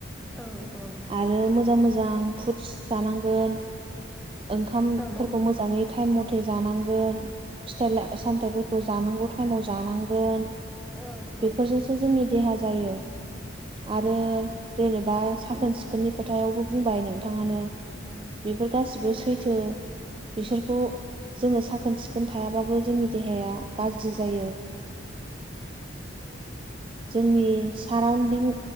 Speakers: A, in the centre; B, on the right.
A: औ औ
B: आरो मोजां मोजां फुदस जानांगोन ओंखामफोरखौ
A: औ
B: मोजाङै टाइम म थे जानांगोन फिथाइ सामथायफोरखौ जानांगौ टाइमाव जानांगोन
A: औ औ
B: बेफोरजोंसो जोंनि देहा जायो आरो जेनेबा साखोन सिखोननि खोथायावबो बुंबाय नोंथाङानो बेफोर गासिबो सैथो बिसोरखौ जोङो साखोन सिखोन थायाबाबो जोंनि देहाया गाज्रि जायो जोंनि साराउन्दिं